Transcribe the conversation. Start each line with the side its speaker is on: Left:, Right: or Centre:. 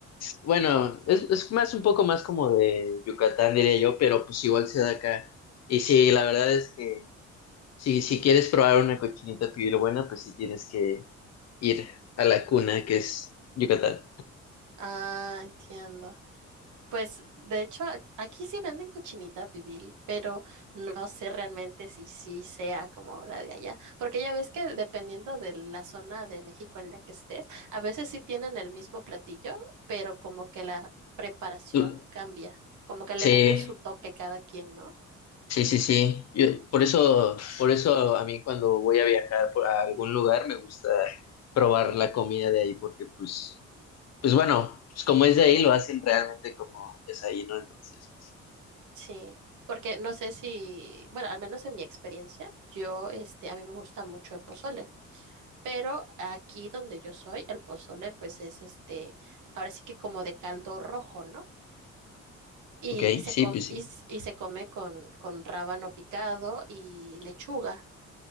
Left: Bueno, es, es más un poco más como de Yucatán, diría yo, pero pues igual se da acá. Y sí, la verdad es que si, si quieres probar una cochinita pibil buena, pues sí tienes que ir a la cuna, que es Yucatán.
Right: Ah, entiendo. Pues de hecho a- aquí sí venden cochinita pibil, pero no sé realmente si sí sea como la de allá, porque ya ves que dependiendo de la zona de México en la que estés, a veces sí tienen el mismo platillo, pero como que la preparación
Left: Tú-
Right: cambia, como que le
Left: Sí,
Right: meten su toque cada quien, ¿no?
Left: sí, sí, sí. Yo- por eso, por eso a mí cuando voy a viajar por, a algún lugar me gusta probar la comida de ahí, porque pues, pues bueno, pues como es de ahí, lo hacen realmente como es ahí, ¿no? Entonces, pues, sí.
Right: Sí, porque no sé si, bueno, al menos en mi experiencia, yo este a mí me gusta mucho el pozole. Pero aquí donde yo soy, el pozole pues es este, ahora sí que como de caldo rojo, ¿no? Y,
Left: ok,
Right: y, se,
Left: sí,
Right: com-
Left: pues sí.
Right: y, s- y se come con, con rábano picado y lechuga.